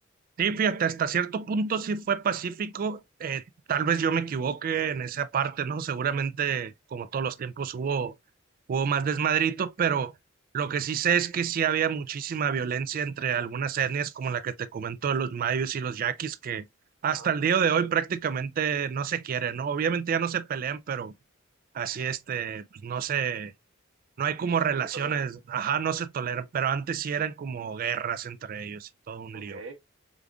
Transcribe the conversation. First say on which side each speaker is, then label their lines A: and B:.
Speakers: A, on the right; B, on the right.
A: Sí, fíjate, hasta cierto punto sí fue pacífico. eh, tal vez yo me equivoque en esa parte, ¿no? Seguramente, como todos los tiempos, hubo, hubo más desmadrito, pero lo que sí sé es que sí había muchísima violencia entre algunas etnias, como la que te comento de los mayos y los yaquis, que hasta
B: Ajá,
A: el día de hoy prácticamente no se quieren, ¿no? Obviamente ya no se pelean, pero así este, pues no se, no hay como relaciones,
B: no se toleran.
A: ajá, no se toleran, pero antes sí eran como guerras entre ellos y todo un
B: Ok.
A: lío.